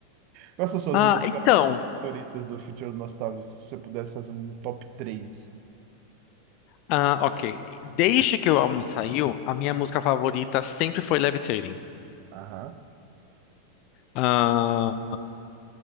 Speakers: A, on the right; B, on the left.
A: Quais são suas
B: Ah,
A: músicas
B: então.
A: favoritas do Future Nostalgia, se você pudesse fazer um top três
B: Ah, ok. Desde que o álbum saiu, a minha música favorita sempre foi Levitating.
A: Aham,
B: Ah,